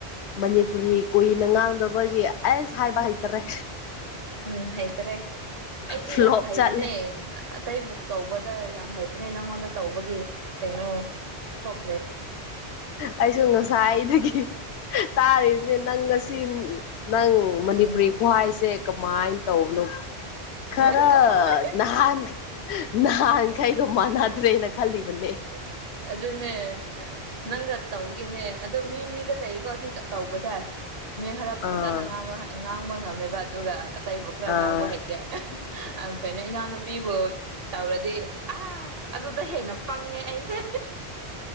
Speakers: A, on the left; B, on the right.
A: ꯃꯅꯤꯄꯨꯔꯤ ꯀꯨꯏꯅ ꯉꯥꯡꯗꯕꯒꯤ ꯑꯩꯁ ꯍꯥꯏꯕ ꯍꯩꯇꯔꯦ
B: ꯎꯝ ꯍꯩꯇ꯭ꯔꯦ ꯑꯩꯗꯤ
A: ꯐ꯭ꯂꯣꯞ
B: ꯌꯥꯝ ꯍꯩꯕꯅꯦ
A: ꯆꯠꯂꯦ
B: ꯑꯇꯩꯕꯨꯛ ꯇꯧꯕꯗ ꯌꯥꯝ ꯍꯥꯏꯕꯅꯦ ꯅꯪꯉꯣꯟꯗ ꯇꯧꯕꯒꯤ ꯀꯩꯅꯣ ꯊꯣꯛ
A: ꯑꯩꯁꯨ ꯉꯁꯥꯏꯗꯒꯤ ꯇꯥꯔꯤꯕꯅꯤ ꯅꯪ ꯉꯁꯤ ꯅꯪ ꯃꯅꯤꯄꯨꯔꯤ
B: ꯎꯝ
A: ꯈ꯭ꯍꯏꯁꯦ ꯀꯃꯥꯏꯅ ꯇꯧꯕꯅꯣ ꯈꯔ
B: ꯎꯝ ꯀꯃꯥꯏ
A: ꯅꯍꯥꯟ ꯅꯍꯥꯟꯈꯩꯒ ꯃꯅꯥꯗ ꯂꯩꯅ ꯈꯜꯂꯤꯕꯅꯦ
B: ꯑꯗꯨ ꯑꯗꯨꯅꯦ ꯅꯪꯒ ꯇꯧꯒꯦꯅꯦ ꯑꯗꯣ ꯃꯤ ꯃꯤꯗ ꯂꯩꯀꯣ ꯁꯤ ꯇꯧꯕꯁꯦ ꯃꯤ ꯍꯥꯔꯞꯄꯨ
A: ꯑꯥ
B: ꯐꯖꯅꯥꯡꯕ ꯉꯥꯡꯕ ꯉꯝꯃꯦꯕ ꯑꯗꯨꯒ ꯇꯩꯕ ꯈꯔ
A: ꯑꯥ
B: ꯉꯥꯡꯕ ꯍꯩꯇꯦ ꯀꯩꯅꯣ ꯏꯅꯥꯎꯅꯨꯄꯤꯕꯨ ꯇꯧꯔꯗꯤ ꯑꯥ ꯑꯗꯨꯗ ꯍꯦꯟꯅ ꯄꯪꯉꯦ ꯑꯩꯁꯦ